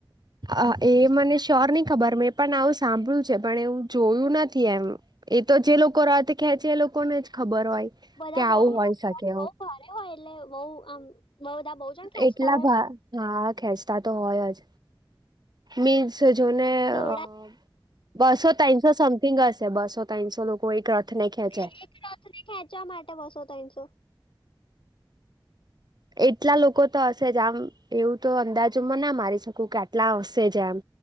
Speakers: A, on the right; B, on the left.
A: અહ એ મને શ્યોર નહી ખબર મેં પણ આવું સાંભળ્યું છે પણ એવું જોયું નથી એમ. એ તો જે લોકો રાતે ખેંચે એ લોકોને જ ખબર હોય.
B: બધા
A: કે
B: બઉ
A: આવું હોય શકે
B: બઉ ભારે હોય એટલે બઉ આમ બહુ બધા બહુ જણ ખેંચતા
A: એટલા
B: હોય
A: ભા હા ખેંચતા તો હોય જ. મીન્સ જો ને
B: દોરડા
A: અ બસો તનસો સમથિંગ હશે બસો તનસો લોકો એક રથ ને ખેંચે.
B: એટલે એક રથને ખેંચવા માટે બસો તનસો?
A: એટલા લોકો તો હશે જ આમ એવું તો અંદાજો માં ના મારી શકું કે આટલા આવશે જ એમ.